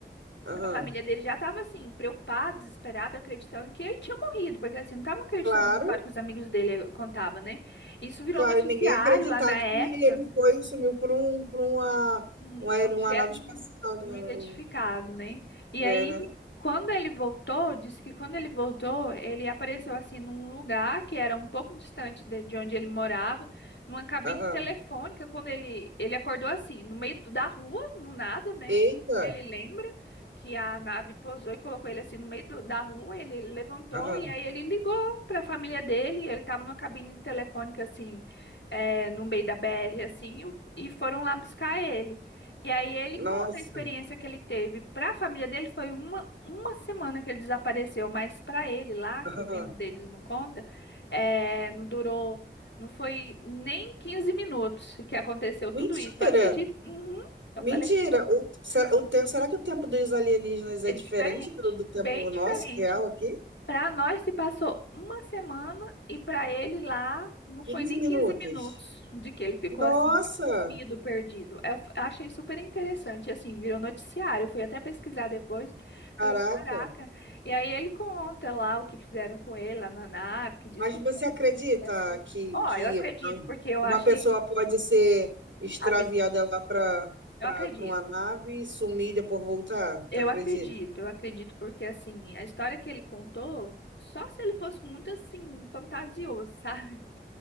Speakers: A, on the right (about 85°); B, on the left (about 70°).
A: Aham.
B: A família dele já estava assim, preocupada, desesperada, acreditando que ele tinha morrido, porque assim, não estavam acreditando
A: Claro.
B: na história que os amigos dele contavam, né? Isso virou
A: Claro,
B: noticiário
A: ninguém ia acreditar
B: lá na
A: que
B: época
A: ele foi e sumiu por um, por uma,
B: um
A: uma, aer-
B: objeto
A: uma nave espacial, né?
B: não identificado,
A: O-
B: né? E
A: É,
B: aí,
A: né?
B: quando ele voltou, disse que quando ele voltou, ele apareceu assim num lugar que era um pouco distante de, de onde ele morava, numa cabine
A: Aham.
B: telefônica. Quando ele ele acordou assim, no meio do- da rua, no nada, né?
A: Eita!
B: Que Ele lembra que a nave pousou e colocou ele assim no meio do- da rua. Ele levantou
A: Aham.
B: e aí ele ligou para a família dele. Ele estava numa cabine telefônica assim, é, no meio da BR assim, e foram lá buscar ele. E aí ele
A: Nossa!
B: conta a experiência que ele teve. Para a família dele foi uma, uma semana que ele desapareceu, mas para ele lá, que
A: Aham.
B: o tempo deles não conta, é, não durou, não foi nem 15 minutos que aconteceu tudo
A: Mentira!
B: isso. Tu acredita? Uhum. Eu
A: Mentira!
B: falei,
A: O, será, o tempo, será que o tempo dos alienígenas
B: é
A: é diferente
B: diferente,
A: do, do tempo
B: bem diferente.
A: nosso, real aqui?
B: Para nós se passou uma semana e para ele lá não
A: 15
B: foi nem
A: minutos.
B: 15 minutos de que ele ficou
A: Nossa!
B: assim, sumido, perdido. Eu f- achei super interessante, assim, virou noticiário, Eu fui até pesquisar depois.
A: Caraca!
B: Falei, caraca. E aí ele conta lá o que fizeram com ele lá na nave, que diz
A: Mas
B: que
A: você
B: são
A: acredita
B: pessoas.
A: que,
B: Ó,
A: que
B: eu acredito, porque eu
A: uma
B: achei
A: pessoa pode ser extraviada
B: absurda.
A: lá para
B: Eu
A: para
B: acredito.
A: uma nave e sumir e depois voltar?
B: Eu
A: Tu acredita?
B: acredito, eu acredito, porque assim, a história que ele contou, só se ele fosse muito assim, fantasioso, <laughs> sabe?